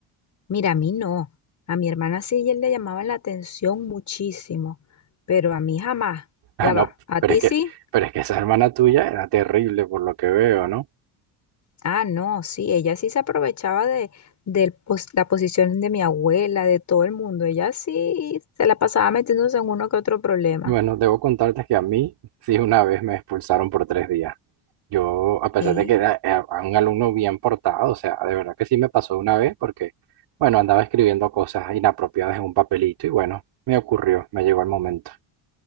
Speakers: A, on the left; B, on the right.
A: Mira, a mí no. A mi hermana sí y él le llamaban la atención muchísimo, pero a mí jamás.
B: Ah,
A: Ya
B: no,
A: va. ¿A
B: pero
A: ti
B: es que,
A: sí?
B: pero es que esa hermana tuya era terrible por lo que veo, ¿no?
A: Ah, no, sí. Ella sí se aprovechaba de, del pos- la posición de mi abuela, de todo el mundo. Ella sí se la pasaba metiéndose en uno que otro problema.
B: Bueno, debo contarte que a mí sí una vez me expulsaron por tres días. Yo, a pesar
A: ¿Qué?
B: de que era, era un alumno bien portado, o sea, de verdad que sí me pasó una vez porque, bueno, andaba escribiendo cosas inapropiadas en un papelito y bueno, me ocurrió, me llegó el momento.